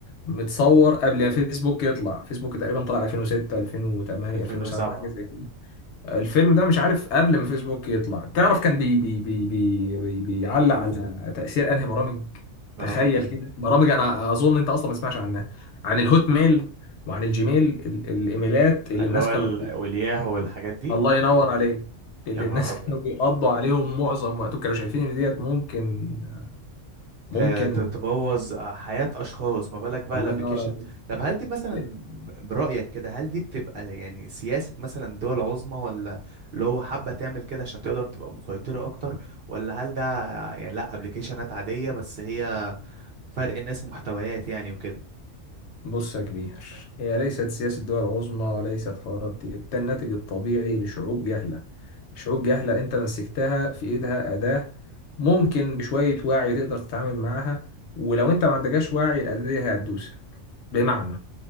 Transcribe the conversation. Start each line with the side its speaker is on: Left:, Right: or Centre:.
Left: متصور قبل ما فيسبوك يطلع فيسبوك تقريبا طلع 2006 2008
Right: 2007
Left: 2007 حاجه زي كده الفيلم ده مش عارف قبل ما فيسبوك يطلع تعرف كان بي بي بي بي بي بيعلق على تاثير انهي برامج
Right: برامج
Left: تخيل
Right: ايه
Left: كده برامج انا اظن انت اصلا ما تسمعش عنها عن الهوت ميل وعن الجيميل ال- الايميلات اللي
Right: اللي
Left: الناس
Right: هو
Left: كانوا
Right: ال- والياهو والحاجات دي
Left: الله ينور عليك اللي
Right: يا نهار
Left: الناس
Right: ابيض
Left: <laughs> كانوا بيقضوا عليهم معظم وقتهم كانوا شايفين ان ديت ممكن ممكن
Right: ت- ت- تبوظ حياة اشخاص ما بالك بقى
Left: الله
Right: الابليكيشن
Left: ينور عليك
Right: طب هل دي مثلا
Left: لا،
Right: برأيك كده هل دي بتبقى يعني سياسة مثلا دول عظمى ولا اللي هو حابة تعمل كده عشان تقدر تبقى مسيطرة اكتر ولا هل ده يعني لا ابليكيشنات عادية بس هي فرق الناس محتويات يعني وكده
Left: بص يا كبير هي ليست سياسة دول عظمى وليست حوارات دي ده الناتج الطبيعي لشعوب جهلة شعوب جهلة انت مسكتها في ايدها أداة ممكن بشوية وعي تقدر تتعامل معاها ولو انت ما عندكش وعي الأداة دي هتدوسك بمعنى